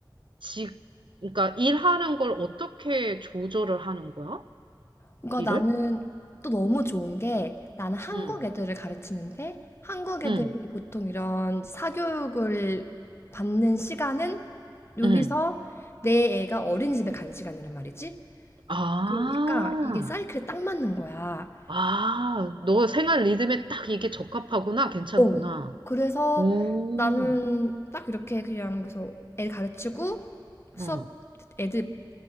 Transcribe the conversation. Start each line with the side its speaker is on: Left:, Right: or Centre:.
Right: 직, 그러니까 일하는 걸 어떻게 조절을 하는 거야?
Left: 그러니까
Right: 일을?
Left: 나는 또 너무 좋은 게 나는 한국
Right: 응,
Left: 애들을 가르치는데 한국 애들이
Right: 응,
Left: 보통 이런 사교육을 받는 시간은 여기서
Right: 응.
Left: 내 애가 어린이집에 간 시간이란 말이지.
Right: 아,
Left: 그러니까 이게 사이클에 딱 맞는 거야.
Right: 아, 너 생활 리듬에 딱 이게 적합하구나. 괜찮구나.
Left: 어. 그래서
Right: 오,
Left: 나는 딱 이렇게 그냥 그래서 애 가르치고 수업
Right: 응,
Left: 애들